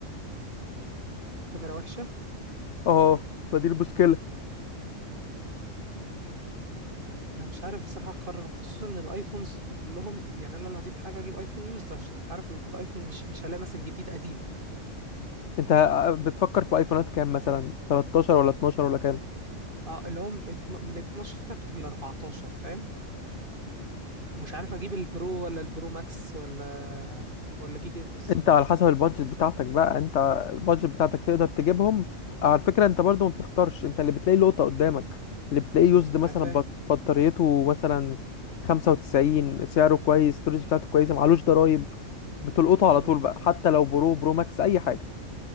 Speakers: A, on the right (about 40°); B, on the left (about 65°).
A: كاميرا وحشة
B: اه فدي المشكلة
A: أنا مش عارف بصراحة أقرر خصوصا إن الأيفونز كلهم يعني أنا لو هجيب حاجة أجيب أيفون يوزد عشان أنت عارف الأيفون مش مش هلاقي مثلا جديد قديم
B: انت آه، بتفكر في ايفونات كام مثلا 13 ولا 12 ولا كام
A: أه اللي هو من اتن- من 12 ل 14 فاهم ومش عارف أجيب البرو ولا البرو ماكس ولا ولا أجيب إيه بالظبط
B: انت على حسب البادجت بتاعتك بقى انت البادجت بتاعتك تقدر تجيبهم على فكرة انت برضو ما بتختارش انت اللي بتلاقي لقطة قدامك اللي بتلاقيه يوزد مثلا
A: أنا فاهم
B: بط- بطاريته مثلا 95 سعره كويس الستورج بتاعته كويسة معلوش ضرايب بتلقطه
A: امم
B: على طول بقى حتى لو برو برو ماكس اي حاجة